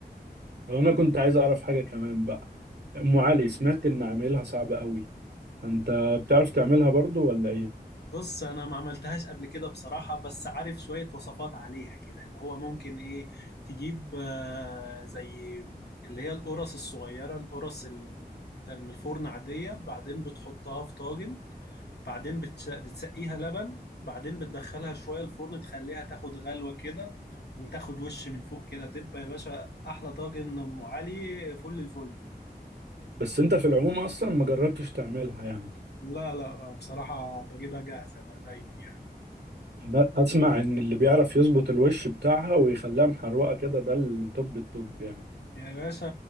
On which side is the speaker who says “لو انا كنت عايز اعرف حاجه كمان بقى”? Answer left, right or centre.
Right